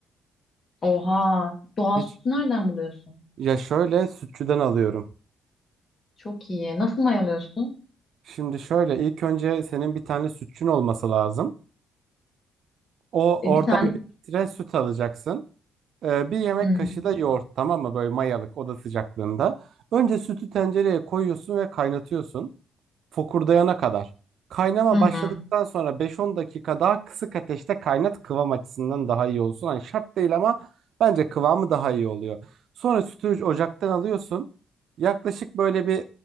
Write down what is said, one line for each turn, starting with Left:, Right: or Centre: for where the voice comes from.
Left: Oha. Doğal
Right: Hiç
Left: sütü nereden buluyorsun?
Right: ya şöyle sütçüden alıyorum.
Left: Çok iyi. Nasıl mayalıyorsun?
Right: Şimdi şöyle ilk önce senin bir tane sütçün olması lazım. O
Left: E,
Right: oradan
Left: bir tane.
Right: bir litre süt alacaksın. Ee, bir yemek
Left: Hı hı.
Right: kaşığı da yoğurt tamam mı? Böyle mayalık oda sıcaklığında. Önce sütü tencereye koyuyorsun ve kaynatıyorsun. fokurdayana kadar. Kaynama
Left: Hı hı.
Right: başladıktan sonra 5-10 dakika daha kısık ateşte kaynat kıvam açısından daha iyi olsun. Hani şart değil ama bence kıvamı daha iyi oluyor. Sonra sütü ocaktan alıyorsun. Yaklaşık böyle bir